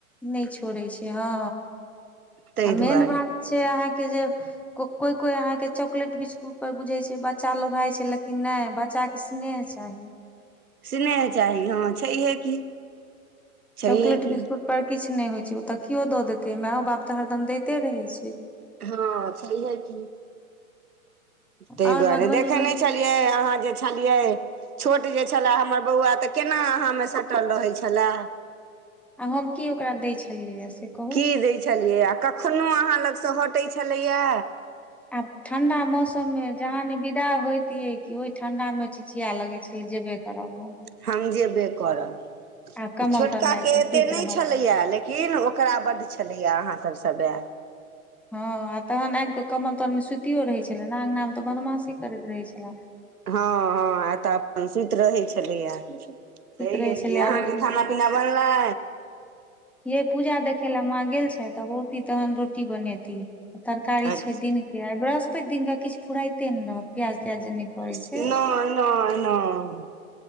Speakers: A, in the centre; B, on the right.
A: नै छोड़ै छै हँ
B: ताहि
A: आ मेन
B: दुआरे
A: बात छै अहाँके जे को कोई कोई अहाँ के चॉकलेट बिस्कुट पर बुझै छै जे बच्चा लोभाइ छै लेकिन नै बच्चा के स्नेह चाही
B: स्नेह चाही हँ छहिए कि छहिए
A: चॉकलेट
B: कि
A: बिस्कुट पर किछु नै होइ छै ओ तऽ कियो द देतै मायो बाप तऽ हरदम दैते रहै छै
B: हँ छहि की ताहि
A: आओर
B: दुआरे
A: मधुबनी
B: देखै
A: मे
B: नय छलियै अहाँ जे छलियै छोट जे छलए हमर बौआ तऽ केना अहाँमे सटल रहै छलए
A: आ हम की ओकरा दै छलियैया से कहु
B: की दै छलियै आ कखनो अहाँ लगसँ हटै छलैया
A: आब ठंडा मौसम मे जहाँ नै बी होइतियै कि ओहि ठंडा मे चिचिया लगै छलै जेबे करब हम
B: हम जेबे करब
A: आ कमल
B: ई छोटकाके
A: तर मे आबि कऽ
B: एते
A: सुति
B: नै
A: रहल
B: छलैया लेकि की न ओकरा बड्ड छलैया अहाँसब स बए
A: हँ आ तखन आबि कऽ कमल तरमे सुतियो रहै छलै ना अंगना मे तऽ बदमाशी करैत रहै छलेए
B: हँ हँ आ एतऽ अपन सुति रहै छलैया छहिए
A: सुइत रहे छलै
B: कि अहाँके
A: आ उठ
B: खाना पीना बनलै
A: यै पूजा देखै लए माँ गेल छैथ ओतिऽ तहन रोटी बनौती तरकारी
B: नहि
A: छै दिन के आई बृहस्पति दिन क किछु फुराइते नै रहत प्याज त्याज पड़ै
B: नय
A: छै
B: नय नय